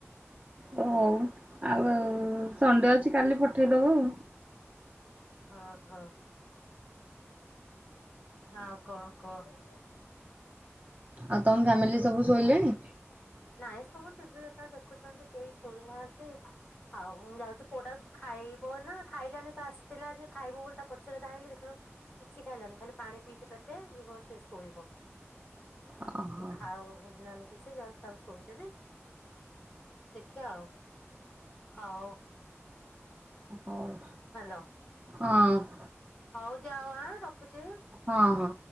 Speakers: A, on the right; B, on the left.
A: ହଉ ଆଉ ସଣ୍ଡେ ଅଛି କାଲି ପଠେଇଦବ ଆଉ।
B: ହଁ ହଁ ହଁ ଆଉ କଣ କହ?
A: ଆଉ ତମ ଫ୍ୟାମିଲି ସବୁ ଶୋଇଲେଣି?
B: ନାଇଁ ସବୁ ଟିଭି ଏକା ଦେଖୁଛନ୍ତି କେହି ଶୋଇନାହାନ୍ତି। ଆଉ ମୁଁ ଯାଉଛି ପୁଅଟା ଖାଇବ ନା ଖାଇଲାଣି ତ ଆସିଥିଲା ଯେ ଖାଇବ ବୋଲି ତା ପଛରେ <unintelligible> କିଛି ଖାଇଲାନି ଖାଲି ପାଣି ପିଇଛି ପେଟେ ଯିବ ସେ ଶୋଇବ।
A: ଓହୋ
B: ସେ ଖାାଉ ନା କିଛି ଯାଉ ତାକୁ ଶୋଇଦେବି ଦେଖିବା ଆଉ ହଉ।
A: ହଉ।
B: ହ୍ୟାଲୋ
A: ହଁ।
B: ହଉ ଯାଅ ଆଁ ରଖୁଛି।
A: ହଁ ହଁ।